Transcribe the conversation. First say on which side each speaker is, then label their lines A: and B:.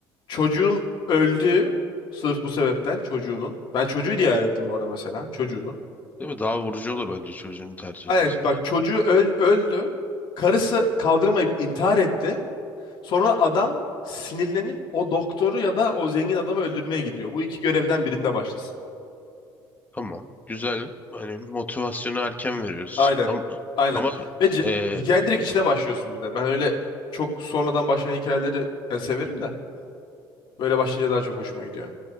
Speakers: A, on the left; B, on the left.
A: Çocuğun öldüğü sırf bu sebepten çocuğunun. Ben çocuğu diye hayal ettim bu arada mesela. Çocuğunun.
B: Değil mi? Daha vurucu olur bence çocuğunu tercih
A: Aynen
B: edersen.
A: bak çocuğu öl- öldü. Karısı kaldıramayıp intihar etti. Sonra adam sinirlenip o doktoru ya da o zengin adamı öldürmeye gidiyor. Bu iki görevden birinde başlasın.
B: Tamam. Güzel. Hani motivasyonu erken veriyoruz.
A: Aynen.
B: Ama,
A: Aynen.
B: ama
A: Ve ce-
B: e,
A: hikayenin direkt içine başlıyorsun bir de. Ben öyle çok sonradan başlayan hikayeleri e, severim de. Böyle başlayınca daha çok hoşuma gidiyor.